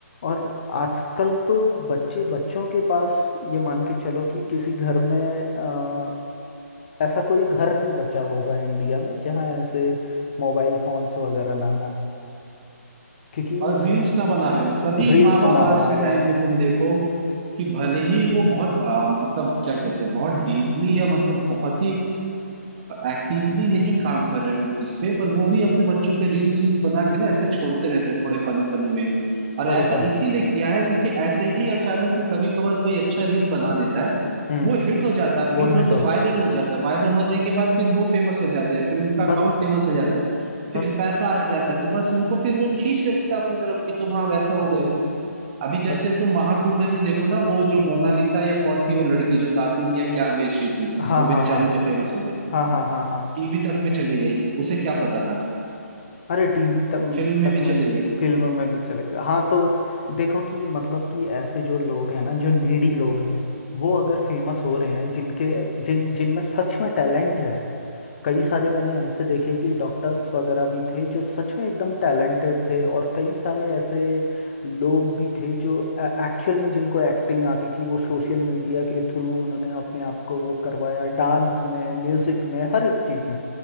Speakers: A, on the left; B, on the right.
A: और आजकल तो बच्चे बच्चों के पास ये मान के चलो कि किसी घर में अ, ऐसा कोई घर नहीं बचा होगा इंडिया में जहाँ ऐसे मोबाइल फोन्स वगैरह ना हो क्योंकि
B: और रील्स ना बना रहे हो सभी
A: रील्स
B: माँ बाप
A: ना
B: आज
A: बना
B: के
A: रहे
B: टाइम
A: हो
B: पे तुम देखो कि भले ही वो बहुत आ, मतलब क्या कहते हैं बहुत डीपली या मतलब बहुत ही एक्टिवली नहीं काम कर रहे हो इस पे पर वो भी अपने बच्चों के रील्स वील्स बना के ना ऐसे छोड़ते रहते हैं थोड़े फनी फनी वे में और
A: थोड़ेपन
B: ऐसा इसीलिए किया है क्योंकि ऐसे ही अचानक से कभी कभार कोई अच्छा रील बना देता है
A: हम्म
B: वो हिट हो जाता है
A: वो
B: हिट
A: हिट
B: होते
A: हो जाए
B: वायरल हो जाता है वायरल होने के बाद फिर वो फेमस हो जाते हैं फिर उनका
A: बस
B: अकाउंट फेमस हो जाता है
A: बस
B: फिर पैसा आ जाता है तो बस उनको फिर वो खींच लेता है अपनी तरफ कि तुम हाँ
A: बस
B: वैसा हो गए हो अभी
A: तक
B: जैसे तुम महाकुंभ में देखो ना वो जो मोनालिसा या कौन थी वो लड़की जो दातुन या क्या बेच रही थी
A: हाँ
B: वो बेचारी
A: हाँ हाँ
B: जो फेमस हो गई
A: हाँ हाँ हाँ हाँ
B: टीवी तक में चली गई उसे क्या पता था
A: अरे टीवी तक
B: फिल्म में
A: तक
B: भी
A: मैं
B: चली गई
A: फिल्म में भी चले गया हाँ तो देखो कि मतलब कि ऐसे जो लोग हैं ना जो नीडी लोग हैं वो अगर फेमस हो रहे हैं जिनके जिन जिनमें सच में टैलेंट है कई सारे मैंने ऐसे देखे कि डॉक्टर्स वगैरह भी थे जो सच में एकदम टैलेंटेड थे और कई सारे ऐसे लोग भी थे जो एक्चुअल में जिनको एक्टिंग आती थी वो सोशल मीडिया के थ्रू उन्होंने अपने आप को वो करवाया डांस में म्यूजिक में हर एक चीज़ में